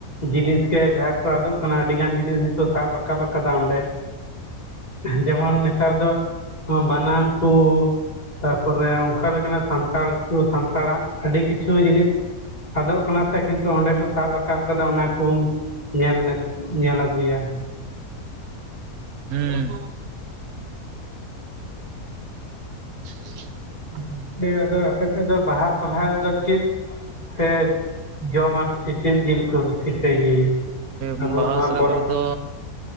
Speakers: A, on the left (about 25°); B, on the right (about 75°).
A: ᱡᱤᱱᱤᱥ ᱜᱮ ᱡᱟᱦᱟᱸ ᱠᱚ ᱟᱫᱚᱜ ᱠᱟᱱᱟ ᱟᱹᱰᱤ ᱜᱟᱱ ᱡᱤᱱᱤᱥ ᱜᱮᱠᱚ ᱥᱟᱵ ᱨᱟᱠᱟᱵ ᱟᱠᱟᱫᱟ ᱚᱸᱰᱮ ᱡᱮᱢᱚᱱ ᱱᱮᱛᱟᱨ ᱫᱚ ᱵᱟᱱᱟᱢ ᱠᱚ ᱛᱟ ᱯᱚᱨᱮ ᱚᱱᱠᱟ ᱞᱮᱠᱟᱱᱟᱜ ᱥᱟᱱᱛᱟᱲ ᱠᱚ ᱥᱟᱱᱛᱟᱲᱟᱜ ᱟᱹᱰᱤ ᱠᱤᱪᱷᱩ ᱡᱤᱱᱤᱥ ᱟᱫᱚᱜ ᱠᱟᱱᱟ ᱥᱮ ᱠᱤᱱᱛᱩ ᱚᱸᱰᱮ ᱠᱚ ᱥᱟᱵ ᱨᱟᱠᱟᱵ ᱟᱠᱟᱫᱟ ᱚᱱᱟ ᱠᱚᱢ ᱧᱮᱞ ᱧᱮᱞ ᱟᱹᱜᱩᱭᱟ
B: ᱦᱩᱸ <unintelligible>
A: ᱜᱚᱝᱠᱮ ᱟᱫᱚ ᱟᱯᱮ ᱥᱮᱫ ᱫᱚ ᱵᱟᱦᱟ ᱥᱚᱨᱦᱟᱭ ᱨᱮᱫᱚ ᱪᱮᱫ ᱯᱮ ᱡᱚᱢᱟ ᱵᱮᱥᱤ ᱪᱮᱫ ᱡᱤᱞ ᱠᱚ ᱵᱮᱥᱤ ᱯᱮ ᱤᱭᱟᱹᱭᱟ᱾ ᱟᱵᱚ
B: ᱮᱸ ᱵᱟᱦᱟ
A: ᱱᱚᱣᱟ
B: ᱥᱚᱨᱦᱟᱭ
A: ᱯᱚᱨᱚᱵᱽ
B: ᱠᱚᱨᱮ ᱫᱚ